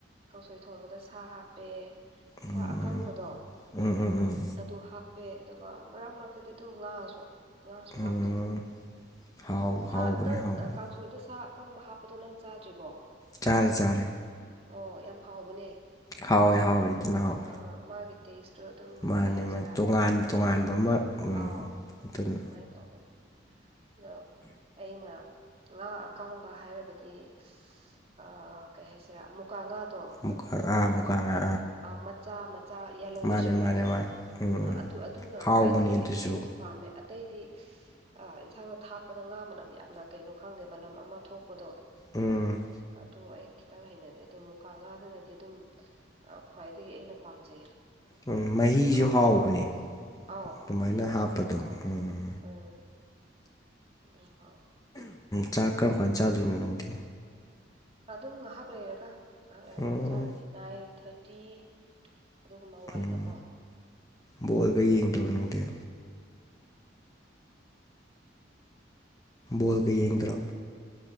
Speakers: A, on the right; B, on the left.
A: ꯀꯥꯡꯁꯣꯏ ꯊꯣꯡꯕꯗ ꯁꯥ ꯍꯥꯞꯄꯦ
B: ꯎꯝ
A: ꯁꯥ ꯑꯀꯪꯕꯗꯣ
B: ꯎꯝ ꯎꯝ ꯎꯝ
A: ꯑꯗꯨ ꯍꯥꯞꯄꯦ ꯑꯗꯣ - ꯒ ꯃꯔꯛ ꯃꯔꯛꯇꯗꯤ ꯑꯗꯨꯝ ꯉꯥꯁꯨ ꯉꯥꯁꯨ ꯍꯥꯞꯄꯦ
B: ꯎꯝ ꯍꯥꯎ
A: ꯊꯥ
B: ꯍꯥꯎꯕꯅꯤ
A: -ꯅꯪ
B: ꯍꯥꯎꯕꯅꯤ
A: ꯑꯥ ꯀꯥꯡꯁꯣ - ꯅꯣꯏꯗ ꯁꯥ ꯑꯀꯪꯕ ꯍꯥꯞꯄꯗꯣ ꯅꯪ ꯆꯥꯗ꯭ꯔꯤꯕꯣ
B: ꯆꯥꯔꯦ ꯆꯥꯔꯦ
A: ꯑꯣ ꯌꯥꯝ ꯍꯥꯎꯕꯅꯦ
B: ꯍꯥꯎꯋꯦ ꯍꯥꯎꯋꯦ ꯑꯗꯨꯅ ꯍꯥꯎꯋꯦ
A: ꯑꯥ ꯃꯥꯒꯤ ꯇꯦꯁꯇꯨ ꯑꯗꯨꯝ
B: ꯃꯥꯅꯦ
A: ꯀꯩ ꯍꯥꯏꯁꯤꯔꯥ
B: ꯃꯥꯅꯦ ꯇꯣꯉꯥꯟ ꯇꯣꯉꯥꯟꯕ
A: ꯍꯦꯟꯅ
B: ꯑꯃ ꯎꯝ
A: ꯑꯥꯎ
B: ꯑꯗꯨꯅ
A: ꯑꯗꯨꯃꯥꯏ ꯇꯧꯕꯅꯦ ꯑꯗꯣ ꯑꯩꯅ ꯉꯥ ꯑꯀꯪꯕ ꯍꯥꯏꯔꯒꯗꯤ <unintelligible> ꯑꯥ ꯀꯩ ꯍꯥꯏꯁꯤꯔꯥ ꯃꯨꯀꯥ ꯉꯥꯗꯣ
B: ꯃꯨꯀꯥ ꯑꯥ ꯃꯨꯀꯥ
A: ꯑꯠ
B: ꯉꯥ
A: ꯑꯥ ꯃꯆꯥ ꯃꯆꯥ ꯌꯦꯂꯣꯋꯤꯁ
B: ꯃꯥꯅꯦ
A: ꯑꯣꯏꯔꯒ
B: ꯃꯥꯅꯦ ꯃꯥꯅꯦ ꯎꯝ ꯎꯝ
A: ꯑ ꯑꯗꯨ -ꯑꯗꯨꯅ
B: ꯍꯥꯎꯕꯅꯦ
A: ꯈ꯭ꯋꯥꯏꯗꯒꯤ
B: ꯑꯗꯨꯁꯨ
A: ꯑꯩ -ꯑꯩꯗꯤ ꯄꯥꯝꯃꯦ ꯑꯠ - ꯇꯩꯗꯤ <unintelligible> ꯑꯥ ꯏꯟꯁꯥꯡꯗ ꯊꯥꯛꯄꯗ ꯉꯥ ꯃꯅꯝ ꯌꯥꯝꯅ ꯀꯩꯅꯣ ꯈꯪꯗꯦ ꯃꯅꯝ ꯑꯃ ꯊꯣꯛꯄꯗꯣ
B: ꯎꯝ
A: ꯑꯗꯨ ꯑꯩ ꯈꯤꯇꯪ ꯍꯩꯅꯗꯦ ꯑꯗꯨ ꯃꯨꯀꯥ ꯉꯥꯗꯨꯅꯗꯤ ꯑꯗꯨꯝ ꯑꯥ ꯈ꯭ꯋꯥꯏꯗꯒꯤ ꯑꯩꯅ ꯄꯥꯝꯖꯩ
B: ꯎꯝ ꯃꯍꯤꯁꯨ
A: ꯍꯥꯎꯖꯨ
B: ꯍꯥꯎꯕꯅꯦ
A: ꯍꯥꯎꯕ ꯑꯥꯎ
B: ꯑꯗꯨꯃꯥꯏꯅ
A: ꯃꯍꯤꯗꯨꯁꯨ
B: ꯍꯥꯞꯄꯗꯣ
A: ꯑꯗꯨꯝ ꯍꯥꯎꯋꯦ
B: ꯎꯝ
A: ꯎꯝ ꯑꯗꯨꯝ ꯍꯥꯎ
B: ꯆꯥꯛ ꯀꯔꯝ ꯀꯥꯟꯅ ꯆꯥꯗꯣꯏꯅꯣ ꯅꯨꯡꯗꯤ
A: ꯑꯗꯨꯝ ꯉꯥꯏꯍꯥꯛ ꯂꯩꯔꯒ ꯉꯥꯏꯍꯥꯛ ꯂꯩꯔꯒ
B: ꯎꯝ
A: ꯑꯗꯨꯝ ꯆꯥꯔꯅꯤ ꯅꯥꯏꯟ ꯊꯥꯔꯇꯤ ꯑꯗꯨꯒꯨꯝꯕ ꯋꯥꯏꯗꯀꯣ
B: ꯎꯝ ꯕꯣꯜꯒ ꯌꯦꯡꯗ꯭ꯔꯣ ꯪꯗꯤꯦ
A: ꯎꯝ
B: ꯣꯜꯒꯦ ꯌꯦꯟꯗ꯭ꯔꯥꯎ